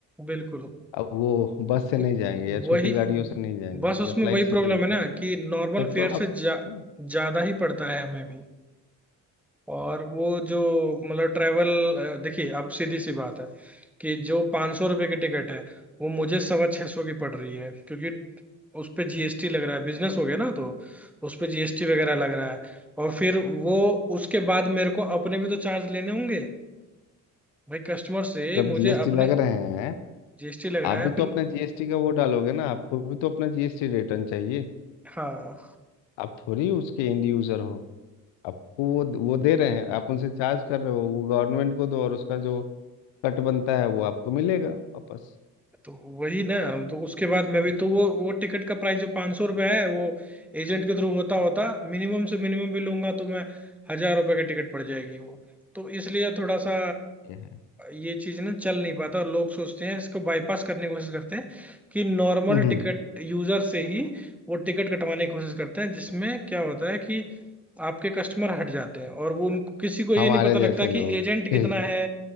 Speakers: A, in the centre; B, on the left.
A: बिल्कुल
B: अब वो बस से
A: तो
B: नहीं जाएंगे या छोटी
A: वही
B: गाड़ियों से नहीं जाएंगे
A: बस उसमें
B: या फ्लाइट
A: वही
B: से
A: प्रॉब्लम
B: नहीं जाएंगे
A: है ना कि नॉर्मल
B: तब
A: फेयर
B: तो आप
A: से जा,
B: हाँ,
A: ज्यादा ही पड़ता है हमें भी और वो जो मतलब ट्रेवल देखिए अब सीधी सी बात है कि जो 500 सौ रुपये की टिकट है वो मुझे सवा छह सौ की पड़ रही है क्योंकि उस पे जीएसटी लग रहा है बिजनेस हो गया ना तो उस पे जीएसटी वगैरह लग रहा है और फिर वो उसके बाद मेरे को अपने भी तो चार्ज लेने होंगे भाई कस्टमर से
B: जब
A: मुझे
B: जीएसटी
A: अपने
B: लग रहे हैं
A: जीएसटी लग रहा
B: आप भी
A: है फिर
B: तो अपना जीएसटी का वो डालोगे ना आपको भी तो अपना जीएसटी रिटर्न चाहिए
A: हाँ
B: आप थोड़ी उसके एंड यूजर हो आपको वो वो दे रहे हैं आप उनसे चार्ज कर रहे हो वो गवर्नमेंट को दो और उसका जो कट बनता है वो आपको मिलेगा वापस
A: तो वही ना हम तो उसके बाद मैं भी तो वो वो टिकट का प्राइस जो 500 सौ रुपया है वो एजेंट के थ्रू होता होता मिनिमम से मिनिमम भी लूंगा तो मैं हजार रुपये की टिकट पड़ जाएगी वो तो इसलिए थोड़ा सा
B: ये है
A: ये चीज ना चल नहीं पाता और लोग सोचते हैं इसको बाईपास करने की कोशिश करते हैं कि नॉर्मल
B: हम्म,
A: टिकट यूजर से ही वो टिकट कटवाने की कोशिश करते हैं जिसमें क्या होता है कि आपके कस्टमर हट जाते हैं और वो उनको किसी को ये
B: हमारे
A: नहीं पता लगता
B: जैसे लोग
A: कि एजेंट
B: <laughs>
A: कितना है